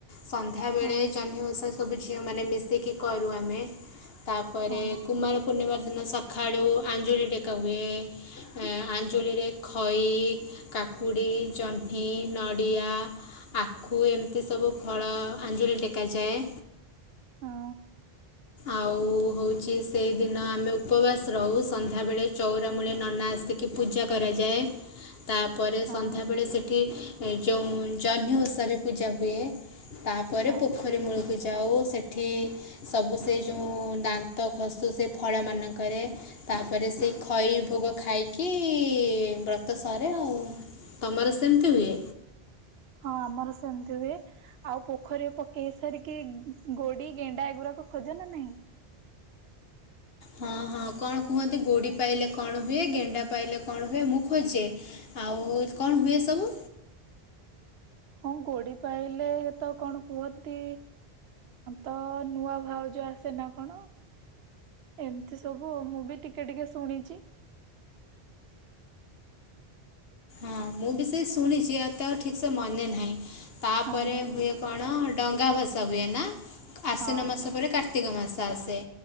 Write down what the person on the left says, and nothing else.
ସନ୍ଧ୍ୟାବେଳେ
ଜହ୍ନି ଓଷା ସବୁ ଝିଅମାନେ ମିଶିକି କରୁ ଆମେ ତାପରେ
କୁମାର ପୂର୍ଣ୍ଣିମାର ଦିନ ସକାଳୁ ଆଞ୍ଜୁଳି ଟେକା ହୁଏ ଆଞ୍ଜୁଳିରେ ଖଇ, କାକୁଡ଼ି, ଜହ୍ନି, ନଡ଼ିଆ, ଆଖୁ ଏମିତି ସବୁ ଫଳ ଆଞ୍ଜୁଳି ଟେକାଯାଏ।
ଆଉ ହଉଛି ସେଇଦିନ ଆମେ ଉପବାସ ରହୁ ସନ୍ଧ୍ୟାବେଳେ ଚଉର ମୂଳେ ନନା ଆସିକି ପୂଜା କରାଯାଏ। ତାପରେ
ସନ୍ଧ୍ୟାବେଳେ ସେଠି ଏ ଯେଉଁ ଜହ୍ନି ଓଷା ବି ପୂଜା ହୁଏ ତାପରେ
ପୋଖରୀ ମୂଳକୁ ଯାଉ ସେଠି ସବୁ ସେ ଯେଉଁ ଦାନ୍ତ ଖସୁ ସେ ଫଳ ମାନଙ୍କରେ ତାପରେ ସେଇ ଖଇ ଭୋଗ ଖାଇକି ବ୍ରତ ସରେ ଆଉ ତମର ସେମିତି ହୁଏ
ହଁ ହଁ କଣ କୁହନ୍ତି ଗୋଡି ପାଇଲେ କଣ ହୁଏ ଗେଣ୍ଡା ପାଇଲେ କଣ ହୁଏ ମୁଁ ଖୋଜେ ଆଉ କଣ ହୁଏ ସବୁ
ହଁ ମୁଁ ବି ସେଇ ଶୁଣିଛି ଏତେ ଆଉ ଠିକ ସେ ମନେ ନାହିଁ ତାପରେ
ହୁଏ କଣ ଡଙ୍ଗା ଭସା ହୁଏ ନା ଅଶ୍ୱିନ
ମାସ ପରେ କାର୍ତ୍ତିକ ମାସ। ଆସେ